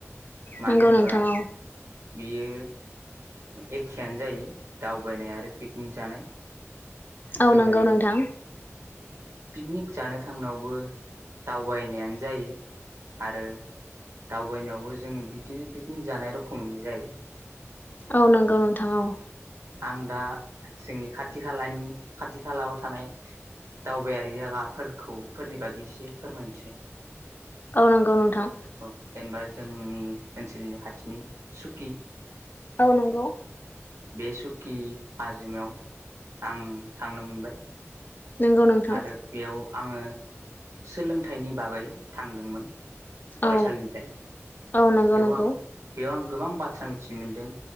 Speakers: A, on the right; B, on the left.
A: मानो
B: नंगौ
A: होनबा
B: नोंथां औ।
A: बियो एखेयानो जायो दावबायनाय आरो पिकनिक जानाय
B: औ
A: जोङो
B: नंगौ नोंथां।
A: पिकनिक जानो थांनायावबो दावबायनायानो जायो आरो। दावबायनायावबो जोङो बिदिनो पिकनिक जानाय रखमैनो जायो
B: औ नंगौ नोंथां औ
A: आं दा जोंनि खाथि खालानि खाथि खालायाव थानाय दावबायारि जायगाफोरखौ फोरनि बागै एसे फोरमायनोसै।
B: औ नंगौ नोंथां।
A: औ जेनेबा जोंनि ओनसोलनि खाथिनि सुकि
B: औ नंगौ।
A: बे सुकि हाजिमायाव आं थांनो मोनबाय।
B: नंगौ नोंथां
A: आरो बेयाव आङो सोलोंथाइनि बागै थांदोंमोन। फरायसालिनिफ्राय
B: औ औ नंगौ
A: बेयाव
B: नंगौ
A: आं बेयाव आं गोबां बाथ्रा मिथिनो मोनदों।